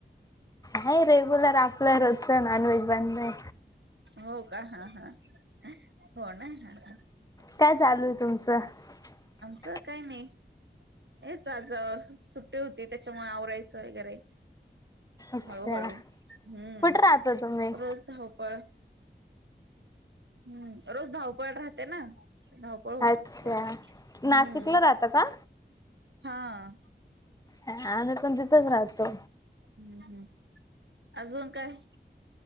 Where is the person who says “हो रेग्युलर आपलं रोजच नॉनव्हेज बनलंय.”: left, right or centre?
Left